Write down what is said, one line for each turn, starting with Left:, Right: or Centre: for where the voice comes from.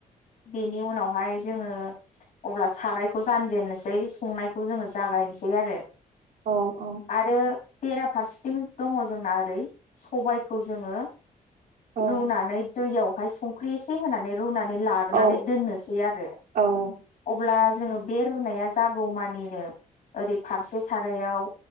Left: बेनि उनावहाय जोङो अब्ला सारायखौ जानजेननोसै, संनायखौ जोङो जागायनोसै आरो
Right: औ औ
Left: आरो बेराफारसेथिं दङ' जोंना ओरै सबायखौ जोङो
Right: औ
Left: रुनानै दैयावहाय संख्रि एसे होनानै रुनानै लाग्रोनानै
Right: औ
Left: दोननोसै आरो
Right: औ
Left: अब्ला जोङो बे रुनाया जागौमानिनो ओरै फारसे सारायाव